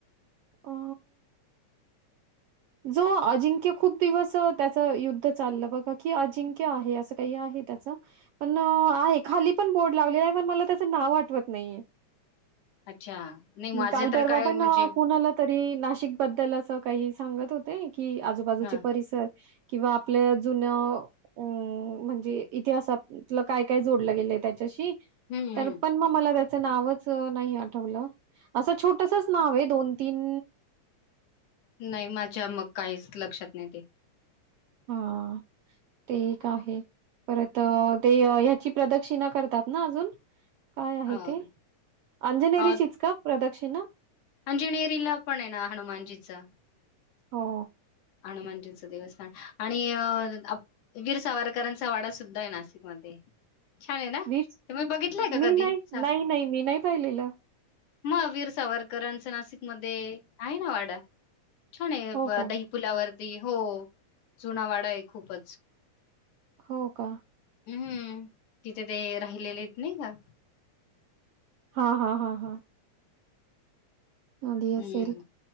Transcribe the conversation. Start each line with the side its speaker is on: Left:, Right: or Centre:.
Right: अ जो अजिंक्य खूप दिवस त्याचं युद्ध चाललं बघा की, अजिंक्य आहे असं काही आहे त्याचं पण आहे खाली पण बोर्ड लावलेला आहे पण मला त्याचं नाव आठवत नाहीये.
Left: अच्छा नाही माझे
Right: मी काल
Left: तर
Right: परवा
Left: काय
Right: पण
Left: म्हणजे
Right: कुणाला तरी नाशिक बद्दल अ स काही सांगत होते. कि आजूबाजूचे
Left: हां,
Right: परिसर किंवा आपल्या जुन्या अ म्हणजे इतिहासातलं काय काय जोडलं गेलंय त्याच्याशी.
Left: हं,
Right: तर
Left: हं.
Right: पण म मला त्या च नावच नाही आठवलं असं छोटसच नाव आहे दोन तीन
Left: नाही माझ्या मग काहीच लक्षात नाही ते.
Right: हां ते एक आहे परत ते ह्याची प्रदक्षिणा करतात ना अजून? काय आहे
Left: अ,
Right: ते? अंजनेरीचीच
Left: अ,
Right: का प्रदक्षि णा.
Left: अंजनेरीला पण आहे ना हनुमानजीचा.
Right: हो.
Left: हनुमानजींनच देस्थान आणि अ आप वीर सावरकरांचा वाडा सुद्धा आहे. नाशिकमध्ये छान आहे ना?
Right: वीर
Left: तुम्ही बघितलंय का
Right: मी
Left: कधी?
Right: नाही
Left: सा
Right: नाही नाही मी नाही पाहिलेलं.
Left: मग वीर सावरकरांचं नाशिक मध्ये आहे ना वाडा. छान ये
Right: हो
Left: ब
Right: का?
Left: दय च्यावरती हो जुना वाडा आहे खूपच
Right: हो का
Left: हूं तिथे ते राहिलेलेयेत नाही का?
Right: हा हा हा हा आधी असेल
Left: हं,